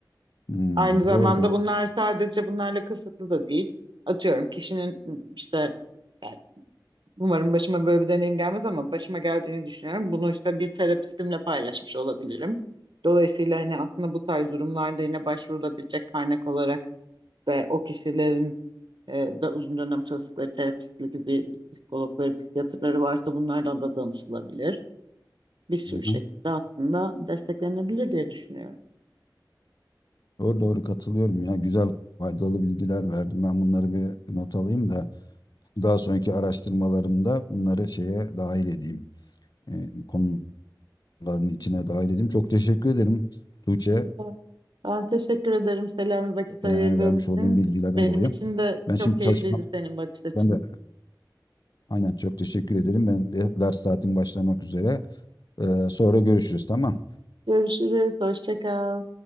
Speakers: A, on the left; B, on the right.
A: Hmm,
B: Aynı zamanda
A: doğru doğru.
B: bunlar sadece bunlarla kısıtlı da değil. Atıyorum kişinin işte e, Umarım başıma böyle bir deneyim gelmez ama başıma geldiğini düşünüyorum. Bunu işte bir terapistimle paylaşmış olabilirim. Dolayısıyla hani aslında bu tarz durumlarda yine başvurulabilecek kaynak olarak işte o kişilerin e, da uzun dönem çalıştıkları terapistli gibi psikologları, psikiyatrları varsa bunlardan da danışılabilir. Bir sürü
A: Hı
B: şekilde
A: hı.
B: aslında desteklenebilir diye düşünüyorum.
A: Doğru doğru katılıyorum ya. Güzel faydalı bilgiler verdim. Ben bunları bir not alayım da daha sonraki araştırmalarımda bunları şeye dahil edeyim. Ee, konuların içine dahil edeyim. Çok teşekkür ederim Tuğçe.
B: Süper. Ben teşekkür ederim Selami vakit
A: Yani
B: ayırdığın
A: vermiş
B: için.
A: olduğum bilgilerden
B: Benim
A: dolayı.
B: için de
A: Ben şimdi
B: çok keyifliydi
A: çalışmam.
B: senin bakış açın.
A: Ben de aynen çok teşekkür ederim. Ben de ders saatim başlamak üzere. Ee, sonra görüşürüz tamam.
B: Görüşürüz. Hoşça kal.